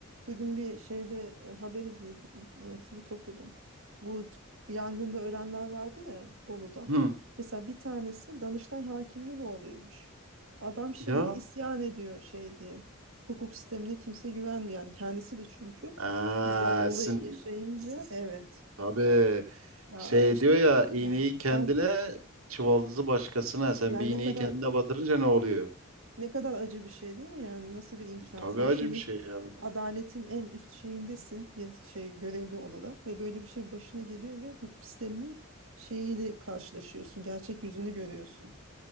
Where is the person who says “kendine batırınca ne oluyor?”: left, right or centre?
Right